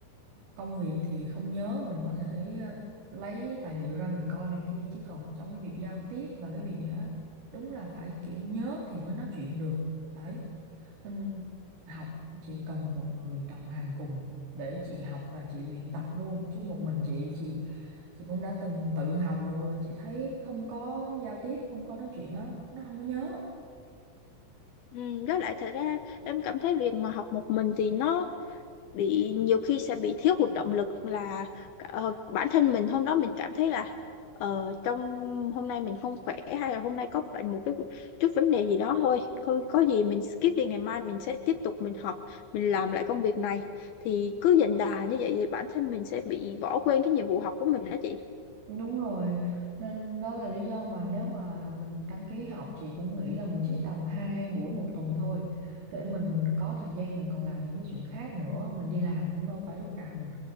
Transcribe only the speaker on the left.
Ừ, với lại thật ra em cảm thấy việc mà học một mình thì nó bị nhiều khi sẽ bị thiếu hụt động lực là ờ, bản thân mình hôm đó mình cảm thấy là ờ, trong hôm nay mình không khỏe hay là hôm nay có bệnh một cái chút vấn đề gì đó thôi có, có gì mình skip đi ngày mai mình sẽ tiếp tục mình học mình làm lại công việc này thì cứ dần đà như vậy thì bản thân mình sẽ bị bỏ quên cái nhiệm vụ học của mình đó chị